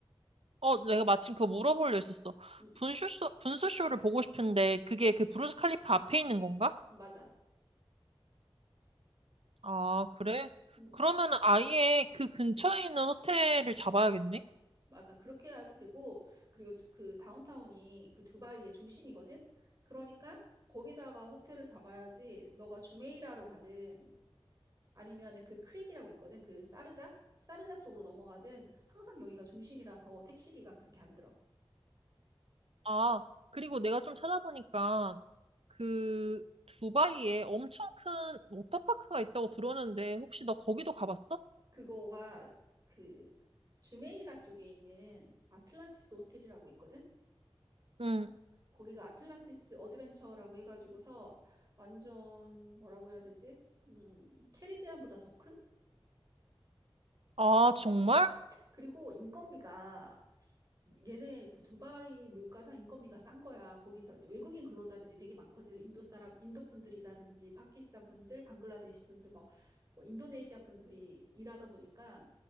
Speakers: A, on the right; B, on the right.
A: 어, 내가 마침 그거 물어보려 했었어.
B: 응.
A: 분수쇼, 분수쇼를 보고 싶은데 그게 그 브루스 칼리프 앞에 있는 건가?
B: 응, 맞아.
A: 아, 그래?
B: 응.
A: 그러면은 아예 그 근처에 있는 호텔을 잡아야겠네?
B: 맞아. 그렇게 해야지 되고 그리고 두- 그 다운타운이 그 두바이의 중심이거든. 그러니까 거기다가 호텔을 잡아야지 너가 주메이라로 가든 아니면 그 크릭이라고 있거든. 그 사르자? 사르자 쪽으로 넘어가든 항상 여기가 중심이라서 택시비가 그렇게 안 들어.
A: 아, 그리고 내가 좀 찾아보니까 그 두바이에 엄청 큰 워터파크가 있다고 들었는데 혹시 너 거기도 가봤어?
B: 그거가 그 주메이라 쪽에 있는 아틀란티스 호텔이라고 있거든.
A: 응.
B: 거기가 아틀란티스 어드벤처라고 해가지고서 완전 뭐라고 해야 되지? 음, 캐리비안보다 더 큰?
A: 아, 정말?
B: 그리고 인건비가 얘네 그 두바이 물가상 인건비가 싼 거야. 거기서 이제 외국인 근로자들이 되게 많거든. 인도 사람, 인도 분들이라든지 파키스탄 분들, 방글라데시 분들, 뭐, 뭐 인도네시아 분들이 일하다 보니까